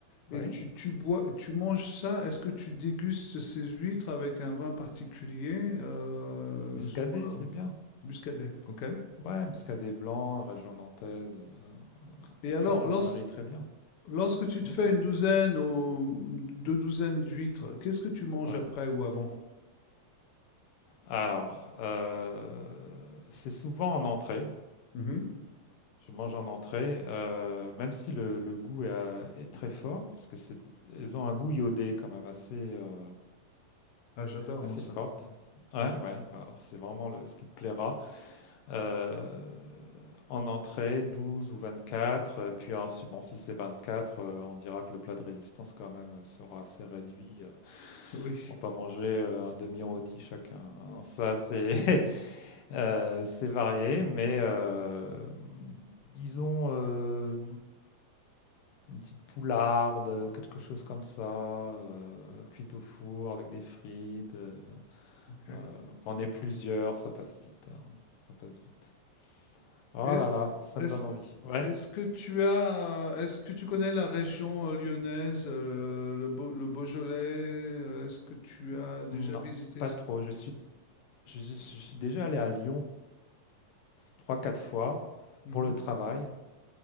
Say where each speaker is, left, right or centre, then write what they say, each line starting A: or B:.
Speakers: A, on the left; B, on the left.
A: Et
B: ouais,
A: tu, tu bois, tu manges ça, est-ce que tu dégustes ces huîtres avec un vin particulier, euh,
B: muscadet,
A: soit
B: c'est bien.
A: muscadet, ok?
B: Ouais, muscadet blanc, région nantaise, euh,
A: Et alors,
B: ça, ça
A: lors-
B: se marie très bien.
A: lorsque tu
B: Hmm,
A: te fais une douzaine ou deux douzaines d'huîtres, qu'est-ce que tu manges
B: ouais.
A: après ou avant?
B: Alors, euh, c'est souvent en entrée.
A: Mhm.
B: Je mange en entrée, euh, même si le, le goût est, euh, est très fort, parce que c'est, elles ont un goût iodé quand même assez, euh,
A: Ah, j'adore
B: assez
A: moi ça.
B: forte. Ouais,
A: Mm.
B: ouais, bah alors c'est vraiment le, ce qui te plaira. Euh, en entrée, 12 ou 24, euh, puis ensuite, bon, si c'est 24, euh, on dira que le plat de résistance quand même euh, sera assez réduit. euh,
A: Oui.
B: on va pas manger euh, un demi-rôti chacun. hein. Ça, c'est <laughs> euh, c'est varié, mais euh, disons euh, Une petite poularde, euh, quelque chose comme ça, euh, cuite au four avec des frites. euh,
A: ok.
B: euh, quand on est plusieurs, ça passe vite. hein, Ça passe vite. Oh
A: Est-ce,
B: là là, ça
A: est-ce,
B: me donne envie. Ouais.
A: est-ce que tu as, euh, est-ce que tu connais la région euh, lyonnaise, euh, le, Beau- le Beaujolais? euh, Est-ce que tu
B: Mm,
A: as déjà
B: Non,
A: visité?
B: pas
A: cette-
B: trop. Je suis, je, je- je suis déjà allé à Lyon trois quatre fois
A: Mhm.
B: pour le travail,